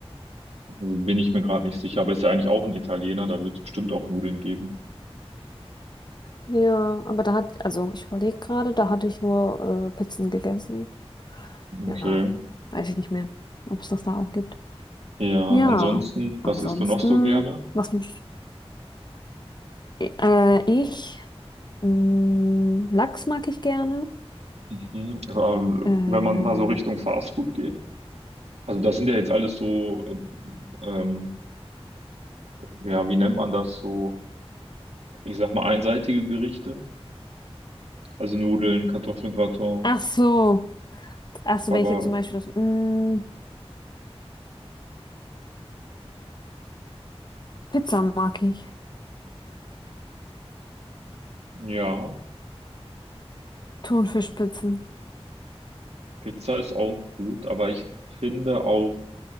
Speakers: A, on the right; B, on the left.
A: bin ich mir gerade nicht sicher, aber ist ja eigentlich auch ein Italiener, da wird es bestimmt auch Nudeln geben.
B: Ja, aber da hat, also ich überlege gerade, da hatte ich nur äh, Pizzen gegessen. Ja,
A: Okay.
B: weiß ich nicht mehr, ob es das da auch gibt.
A: Ja,
B: Ja,
A: ansonsten,
B: ansonsten,
A: was isst du noch so gerne?
B: was mich, äh, ich, mh, Lachs mag ich gerne.
A: Mhm. Ähm,
B: Äh,
A: Wenn man mal so Richtung Fastfood geht. Also das sind ja jetzt alles so, äh, ähm, ja, wie nennt man das so? Ich sag mal einseitige Gerichte. Also Nudeln, Kartoffelgratin,
B: ach so, ach so,
A: Aber
B: wenn ich jetzt zum Beispiel das, mh, Pizza mag ich.
A: ja,
B: Thunfischpizzen.
A: Pizza ist auch gut. Aber ich finde auch